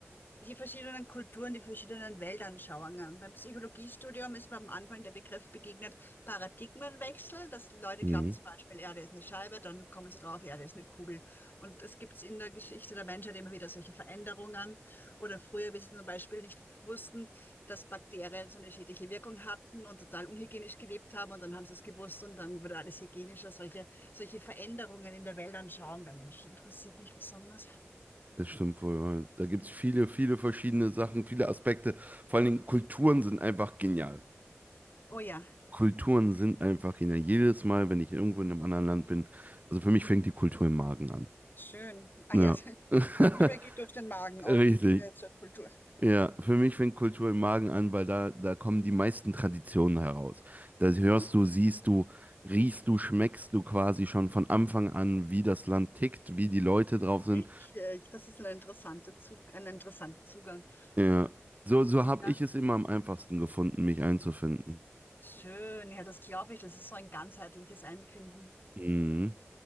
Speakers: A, on the left; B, on the right.
A: Die verschiedenen Kulturen, die verschiedenen Weltanschauungen. Beim Psychologiestudium ist mir am Anfang der Begriff begegnet, Paradigmenwechsel, dass Leute
B: Mhm.
A: glauben zum Beispiel, Erde ist eine Scheibe, dann kommen sie drauf, Erde ist eine Kugel. Und das gibt's in der Geschichte der Menschheit immer wieder solche Veränderungen. Oder früher, wie sie zum Beispiel nicht wussten, dass Bakterien so eine schädliche Wirkung hatten und total unhygienisch gelebt haben und dann haben sie es gewusst und dann wurde alles hygienischer. Solche, solche Veränderungen in der Weltanschauung der Menschen interessiert mich besonders.
B: Das stimmt wohl. ja. Da gibt es viele, viele verschiedene Sachen, viele Aspekte. Vor allen Dingen Kulturen sind einfach genial.
A: Oh ja.
B: Kulturen sind einfach genial. Jedes Mal, wenn ich irgendwo in einem anderen Land bin, also für mich fängt die Kultur im Magen an.
A: Schön. Ah
B: Ja.
A: ja, <laughs>
B: <laughs>
A: die Liebe geht durch den Magen, auch
B: Richtig.
A: die Liebe zur Kultur.
B: Ja, für mich fängt Kultur im Magen an, weil da, da kommen die meisten Traditionen heraus. Da hörst
A: Mhm.
B: du, siehst du, riechst du, schmeckst du quasi schon von Anfang an, wie das Land tickt, wie die Leute drauf sind.
A: Richtig, das ist ein interessanter Zug, ein interessanter Zugang.
B: Ja. So,
A: Ja,
B: so habe
A: ja.
B: ich es immer am einfachsten gefunden, mich einzufinden.
A: Schön, ja, das glaube ich. Das ist so ein ganzheitliches Einfinden.
B: Mhm.